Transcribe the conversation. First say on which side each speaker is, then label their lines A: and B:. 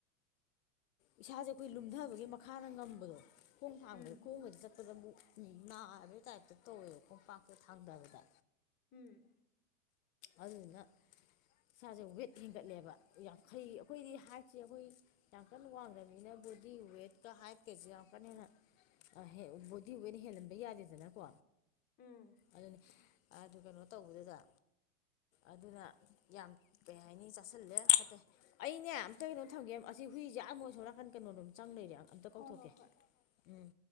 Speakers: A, on the left; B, on the left.
A: ꯏꯁꯥꯁꯦ ꯑꯩꯈꯣꯏ ꯂꯨꯝꯊꯕꯒꯤ ꯈꯥꯔ ꯉꯝꯕꯗꯣ ꯈꯣꯡ ꯊꯥꯡꯝꯕꯗ
B: ꯎꯝ
A: ꯈꯣꯡꯒꯗꯤ ꯆꯠꯄꯗ ꯑꯃꯨꯛ ꯅꯥꯕꯩ ꯇꯥꯏꯞꯇ ꯇꯧꯋꯦꯕ ꯈꯣꯡ ꯄꯥꯡ ꯊꯥꯡꯗꯕꯗ
B: ꯎꯝ
A: ꯑꯗꯨꯗꯨꯅ ꯏꯁꯥꯁꯦ ꯋꯦꯠ ꯍꯦꯟꯒꯠꯂꯦꯕ ꯌꯥꯡꯈꯩ ꯑꯩꯈꯣꯏꯗꯤ ꯁꯤ ꯑꯩꯈꯣꯏ ꯌꯥꯝ ꯀꯟꯅ ꯋꯥꯡꯗꯕꯅꯤꯅ ꯕꯣꯗꯤ ꯋꯦꯠꯀ ꯍꯥꯏꯠꯀꯁꯦ ꯌꯥꯝ ꯀꯟꯅ ꯍꯦꯟꯅ ꯕꯣꯗꯤ ꯋꯦꯠ ꯍꯦꯜꯍꯟꯕ ꯌꯥꯗꯦꯗꯅꯀꯣ
B: ꯎꯝ
A: ꯑꯗꯨꯅꯤ ꯑꯗꯨ ꯀꯩꯅꯣ ꯇꯧꯕꯗꯨꯗ ꯑꯗꯨꯅ ꯌꯥꯝ ꯀꯩ ꯍꯥꯏꯅꯤ ꯆꯥꯁꯤꯜꯂꯦ ꯐꯠꯇꯦ ꯑꯩꯅꯦ ꯑꯝꯇꯩꯅꯣ ꯊꯝꯒꯦ ꯍꯨꯏꯁꯦ ꯑꯣꯏ ꯁꯣꯛꯔꯛꯀꯟ ꯀꯩꯅꯣꯗꯣꯝ ꯆꯪ ꯂꯩꯔꯦ ꯑꯝꯇ
B: ꯍꯣꯏ
A: ꯀꯧꯊꯣꯛꯀꯦ
B: ꯍꯣꯏ ꯍꯣꯏ
A: ꯎꯝ